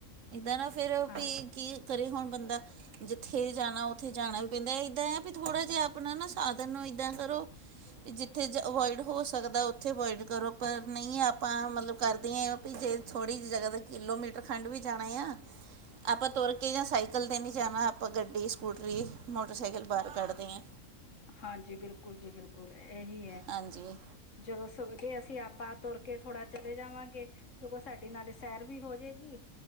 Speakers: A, on the right; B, on the left.
A: ਇੱਦਾਂ ਨਾ ਫਿਰ
B: ਹਾਂਜੀ
A: ਵੀ ਕੀ ਕਰੇ ਹੋੁਣ ਬੰਦਾ ਜਿੱਥੇ ਜਾਣਾ ਉੱਥੇ ਜਾਣਾ ਵੀ ਪੈਂਦਾ ਇਏਦਾਂ ਆ ਵੀ ਥੋੜ੍ਹਾ ਜਿਹਾ ਆਪਣਾ ਨਾ ਸਾਧਨ ਨੂੰ ਏਦਾਂ ਕਰੋ ਜਿੱਥੇ ਜ ਅਵੋਇਡ ਹੋ ਸਕਦਾ ਉੱਥੇ ਅਵੋਇਡ ਕਰੋ ਪਰ ਨਹੀ ਆਪਾਂ ਮਤਲਬ ਕਰਦੇ ਆ ਜੇ ਥੋੜੀ ਜਿ ਜਗਾ ਕਿਲੋਮੀਟਰ ਖੰਡ ਵੀ ਜਾਣਾ ਆ ਆਪਾਂ ਤੁਰ ਕੇ ਜਾਂ ਸਾਈਕਲ ਤੇ ਨੀ ਜਾਣਾ ਆਪਾਂ ਗੱਡੀ, ਸਕੂਟਰੀ, ਮੋਟਰਸਾਈਕਲ ਬਾਹਰ ਕੱਢਦੇ ਆ।
B: ਹਾਂਜੀ ਬਿਲਕੁਲ ਜੀ ਬਿਲਕੁਲ ਇਹੀ ਹੈ।
A: ਹਾਂਜੀ
B: ਜਦੋਂ ਸੁਵਜੇ ਅਸੀ ਆਪਾਂ ਤੁਰ ਕੇ ਥੋੜਾ ਚਲੇ ਜਾਵਾਂਗੇ। ਸਗੋਂ ਸਾਡੇ ਨਾਲੇ ਸੈਰ ਵੀ ਹੋਜੇਗੀ